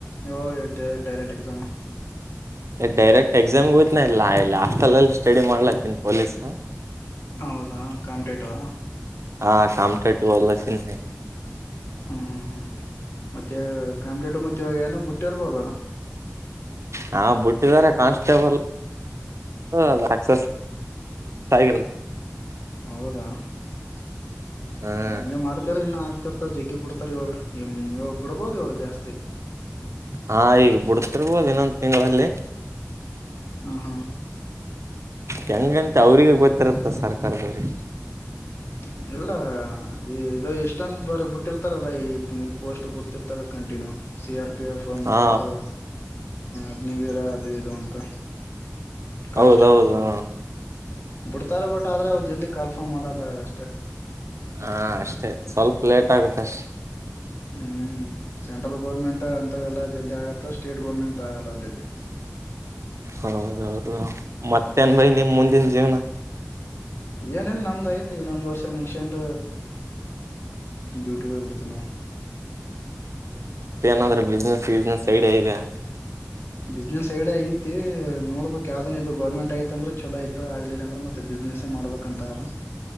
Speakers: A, on the left (about 50°); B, on the right (about 60°).
A: ಯವ ಡೈರೆಕ್ಟ್ ಎಕ್ಸಾಮ
B: ಡೈರೆಕ್ಟ್ ಎಕ್ಸಾಮ್ಗೆ ಹೋಯ್ನ ಇಲ್ಲಾ ಲಾಸ್ಟ್ ಅಲ್ಲಲ್ಲಿ ಸ್ಟಡಿ ಮಾಡ್ಲಾತ್ತನ್ ಪೊಲೀಸ್
A: ಹೌದಾ ಕಾಮಟೇಟೋ
B: ಹಾ ಕಾಮಟಟಿ ಒಲ್ಲ ತಿ
A: ಹ್ಮ್ ಹ್ಮ್ ಹ್ಮ್ ಮತ್ತೆ ಕಂಲೇಟು ಮತ್ತೆ ಇವಾಗ ಏನೋ ಬುಟ್ಟಿ ಇರ್ಬಹದಲ್ಲ
B: ಹಾ ಬಿಟ್ಟಿದಿದ್ದಾರೆ ಕಾನ್ಸ್ಟೇಬಲ್ ಅಲ ಅಸಸ್ ಸಾಗಿಲ್ಲ
A: ಹೌದಾ <inaudible>
B: ಹ್ಮ್
A: ಹಗೆ ಮಾಡ್ತೀರ ಇನ್ನು ಇರ್ತ ಜಗ್ಗಿ ಬಿಡ್ತಾರೆ ಇವಾಗ ಇವಾಗ ಬಿಡ್ಬೋದು ಜಾಸ್ತಿ
B: ಹಾ ಈಗ ಬಿಡ್ತಿರ್ಬೋದು ಇನ್ನೊಂದು ತಿಂಗಳಲ್ಲಿ
A: ಹಾ ಹಾ
B: ಹೆಂಗಂತ ಅವ್ರರಿಗೆ ಗೊತ್ತಿರತ್ತ ಸರ್ಕಾರದವ್ರಿಗೆ
A: ಹ್ಮ ಇಲ್ಲ ಇದು ಇಷ್ಟಂತ ಬರ ಬಿಟ್ಟಿರ್ತಾರಲ್ಲ ಈ ಈ ಪೋಸ್ಟ್ ಬಿಡ್ತಿರ್ತಾರ continue C R P F ಮತ್ತು
B: ಹಾ
A: ಯಾವುದೋ ಅಗ್ನಿವೀರ ಅದು ಇದು ಅಂತ ಕಾನ್ಸ್ಟೇಬಲ್ದು
B: ಹೌದೌದು ಹ
A: ಬಿಡ್ತಾರೆ ಬಿಟ್ಟ ಆದ್ರೆ ಅವ ಜಲ್ದಿ ಕಾಲ್ಫಾರ್ ಮಾಡಲ್ಲ ಅಷ್ಟೇ
B: ಹಾ ಅಷ್ಟೇ ಸ್ವಲ್ಪ ಲೇಟ್ ಆಗುತ್ತೆ ಅಷ್ಟೆ
A: ಹ್ಮ್ ಸೆಂಟ್ರಲ್ ಗೋರ್ಮೆಂಟ್ ಅಂತವೆಲ್ಲ ಜಲ್ದಿ ಆಗತ್ತೆ ಸ್ಟೇಟ್ ಗೋರ್ಮೆಂಟ್ ಆಗಲ್ಲ ಜಲ್ದಿ
B: ಹೌದೌದು ಮತ್ತೇನ್ ಬರಿ ನಿಮ್ ಮುಂದಿನ ಜೀವನ
A: ಏನಲ್ ನಮ್ದ್ ಯ್ತ ಇನ್ನೊಂದ್ ವರ್ಷ ಮುಗಸೊಂಡ ಡ್ಯೂಟಿ ಹೋಗಯ್ಬಿಡ್ತೇವಿ ನಾವವು
B: ಏನಾದ್ರೆ ಬಿಸ್ನೆಸ್ ವಿಸ್ನೆಸ್ ಸೈಡ ಇದೆ
A: ಬಿಸ್ನೆಸ್ ಐಡ ಐತಿ ನೋಡ್ಬೇಕಕ್ ಯಾವ್ದನ್ ಇದು ಗೌರ್ಮೆಂಟ್ ಐತ ಅಂದ್ರೆ ಚಲೋ ಐ ಇ ಆಗಲಿಲ್ಲಂದೆ ಮತ್ತೆ ಬಿಸ್ನೆಸೇ ಮಾಡ್ಬೇಕಂತ ಅದು